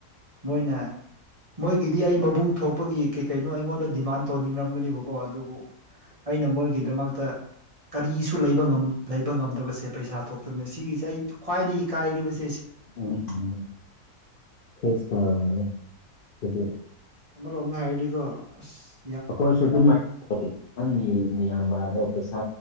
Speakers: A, on the right; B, on the left.
A: ꯃꯣꯏꯅ ꯃꯣꯏꯒꯤꯗꯤ ꯑꯩ ꯃꯕꯨꯡ ꯊꯣꯛꯄꯒꯤ ꯀꯩ ꯀꯩꯅꯣ ꯑꯩꯉꯣꯟꯗ ꯗꯤꯃꯥꯟ ꯇꯧꯅꯤꯡꯔꯝꯒꯅꯤꯕꯀꯣ ꯑꯗꯨꯕꯨ ꯑꯩꯅ ꯃꯣꯏꯒꯤꯗꯃꯛꯇ ꯀꯔꯤꯁꯨ ꯂꯩ ꯂꯩꯕ ꯉꯝꯗꯕꯁꯦ ꯄꯩꯁꯥ ꯊꯣꯛꯇꯕꯅꯦ ꯁꯤꯒꯤꯁꯦ ꯑꯩ ꯈ꯭ꯋꯥꯏꯗꯒꯤ ꯏꯀꯥꯏꯔꯤꯕꯁꯤ
B: ꯎꯝ ꯎꯝ ꯐꯦꯁ ꯇꯧꯔꯔꯝꯒꯅꯤ ꯍꯥꯏꯗꯤ
A: ꯑ ꯑꯣꯒꯥ ꯍꯥꯏꯥꯏꯗꯤ ꯀ <inaudible>
B: ꯑꯩꯈꯣꯏꯁꯨ ꯑꯗꯨꯃꯥꯢꯅ ꯅꯪꯒꯤ ꯅꯌꯥꯝꯕꯗꯣ ꯄꯩꯁꯥ